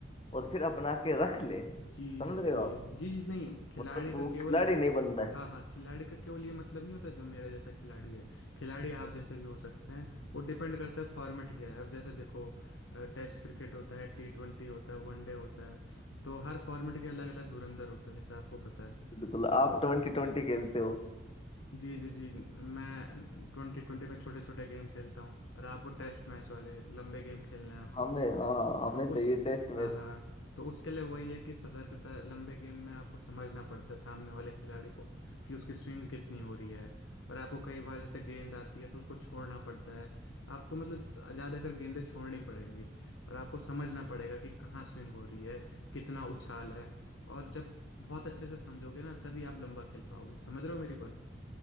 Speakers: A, on the left; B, on the left.
A: और फिर अपना के रख ले समझ
B: जी जी
A: रहे
B: जी
A: हो आप
B: जी जी नहीं खिलाड़ी
A: मतलब
B: का
A: वो
B: केवल
A: खिलाड़ी नहीं बनना है
B: हाँ हाँ खिलाड़ी का केवल ये मतलब नहीं होता जो मेरा जैसा खिलाड़ी है खिलाड़ी आप जैसे भी हो सकते हैं वो डिपेंड करता है फॉर्मेट क्या है अब जैसे देखो टेस्ट क्रिकेट होता है टी ट्वेंटी होता है वनडे होता है तो हर फॉर्मेट के अलग अलग धुरंधर होते हैं जैसे आपको पता है
A: बिल्कुल आप
B: तो
A: ट्वेंटी ट्वेंटी खेलते हो
B: जी जी जी मैं ट्वेंटी ट्वेंटी में छोटे छोटे गेम खेलता हूँ और आपको टेस्ट मैच वाले लंबे गेम खेलने हैं आपको
A: हमें हाँ हमें
B: तो
A: चाहिए
B: उस
A: टेस्ट
B: हाँ
A: मैच
B: हाँ तो उसके लिए वही है कि सतर्कता लंबे गेम में आपको समझना पड़ता है सामने वाले खिलाड़ी को कि उसकी स्विंग कितनी हो रही है और आपको कई बार जैसे गेंद आती है तो उसको छोड़ना पड़ता है आपको मतलब ज़्यादातर गेंदें छोड़नी पड़ेंगी और आपको समझना पड़ेगा कि कहाँ स्विंग हो रही है कितना उछाल है और जब बहुत अच्छे से समझोगे ना तभी आप लंबा खेल पाओगे समझ रहे हो मेरी बात